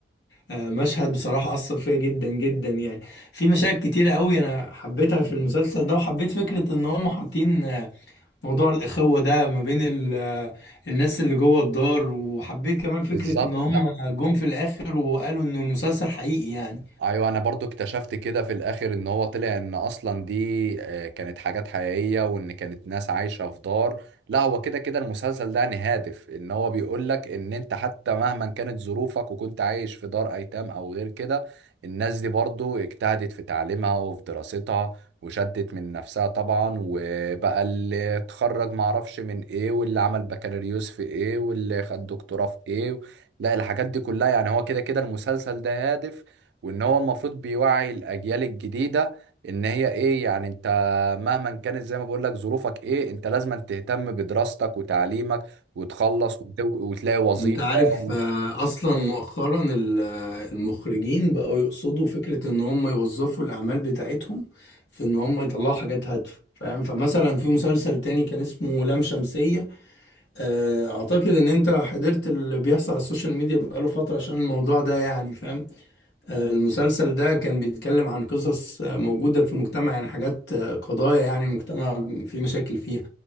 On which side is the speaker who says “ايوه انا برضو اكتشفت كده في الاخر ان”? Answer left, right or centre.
Right